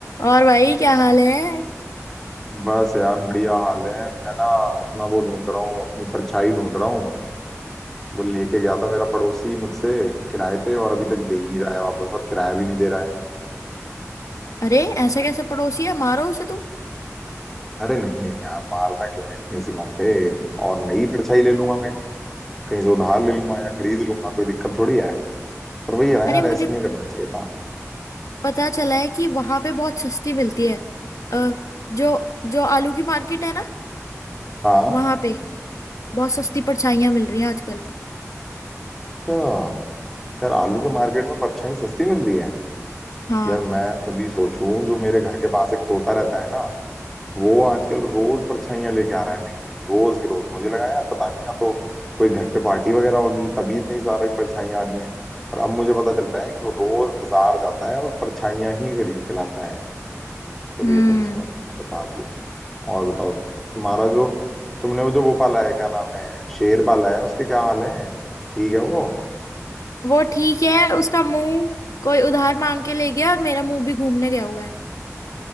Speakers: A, on the left; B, in the centre.
A: और भाई क्या हाल है
B: बस यार बढ़िया हाल है मैं ना अपना वो ढूंढ रहा हूँ अपनी परछाई ढूंढ रहा हूँ वो लेके गया था मेरा पड़ोसी मुझसे किराए पे और अभी तक दे ही नहीं रहा है वापस और किराया भी नहीं दे रहा है
A: अरे ऐसा कैसे पड़ोसी है मारो उसे तुम
B: अरे नहीं नहीं यार मारना क्यों है इतनी सी बात पे और नई परछाई ले लूंगा मैं कहीं से उधार ले लूंगा या खरीद लूंगा कोई दिक्कत थोड़ी है पर वही है ना
A: अरे
B: यार
A: मुझे
B: ऐसे नहीं करना चाहिए था
A: पता चला है कि वहां पे बहुत सस्ती मिलती है अ, जो जो आलू की मार्केट है ना
B: हाँ
A: वहां पे बहुत सस्ती परछाइयां मिल रही हैं आजकल
B: अच्छा यार आलू के मार्केट में परछाई सस्ती मिल रही है
A: हाँ
B: यार मैं तभी सोचूं जो मेरे घर के पास एक तोता रहता है ना वो आजकल रोज परछाइयां लेके आ रहा है नहीं नहीं रोज के रोज मुझे लगा यार पता नहीं या तो कोई घर पे पार्टी वगैरह होगी तभी इतनी सारी परछाइयां आ रही हैं पर अब मुझे पता चल रहा है कि वो रोज बाजार जाता है और परछाइयां ही खरीद के लाता है चलिए
A: हम्म
B: ये तो अच्छा हुआ तुमने बता दिया और बताओ तुम्हारा जो तुमने वो जो वो पाला है क्या नाम है शेर पाला है उसके क्या हाल है ठीक है वो
A: वो ठीक है उसका मुंह कोई उधार मांग के ले गया और मेरा मुंह भी घूमने गया हुआ है